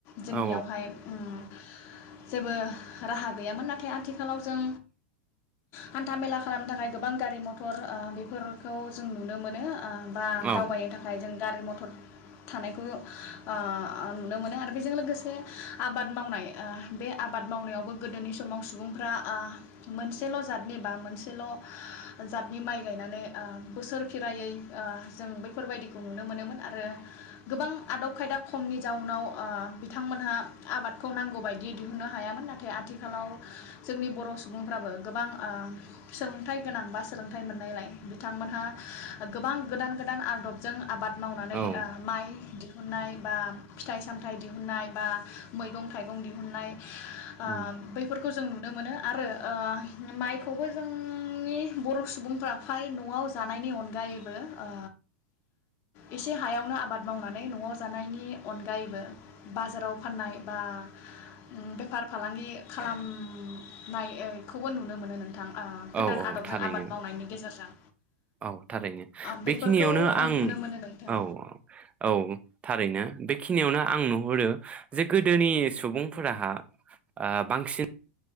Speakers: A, on the left; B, on the right.
A: जोंनिआव
B: औ
A: हाय उम जेबो राहा गैयामोन नाथाय आथिखालाव जों हान्था मेला खालामनो थाखाय गोबां गारि मथर ओ बेफोरखौ जों नुनो मोनो। ओ बा
B: औ
A: दावबायनो थाखाय जों गारि मथर थानायखौ ओ ओ नुनो मोनो आरो बेजों लोगोसे आबाद मावनाय ओ बे आबाद मावनायावबो गोदोनि समाव सुबुंफ्रा ओ मोनसेल' जाथनि बा मोनसेल' जादनि माइ गायनानै ओ बोसोर खेरायै ओ जों बैफोरबायदिखौ नुनो मोनोमोन आरो गोबां आदब खायदा खमनि जाउनाव ओ बिथांमोनहा आबादखौ नांगौ बायदि दिहुननो हायामोन नाथाय आथिखालाव जोंनि बर' सुबुंफ्राबो गोबां ओ सोलोंथाइ गोनां बा सोलोंथाइ मोननायलाय बिथांमोनहा गोबां गोदान गोदान आदबजों आबाद मावनानै
B: औ
A: ओ माइ दि <unintelligible> बा फिथाइ सामथाइ दिहुननाय बा मैगं थाइगं दिहुननाय ओ
B: औ
A: बैफोरखौ जों नुनो मोनो आरो ओ माइखौबो जोंनि बर' सुबुंफ्रा फ्राय न'आव जानायनि अनगायैबो ओ एसे हायावनो आबाद मावनानै न'आव जानायनि अनगायैबो बाजाराव फाननाय बा उम बेफार फालांगि खालामनाय खौबो नुनो मोनो नोंथां। ओ गोदान
B: औ औ
A: आदबजों
B: थारैनो
A: आबाद मावनायनि गेजेरजों
B: औ थारैनो
A: बेफोरखौ
B: बेखिनियावनो आं
A: नुनो मोनो नोंथां
B: औ औ औ थारैनो बेखिनियावनो आं नुहरो जे गोदोनि सुबुंफोराहा बांसिन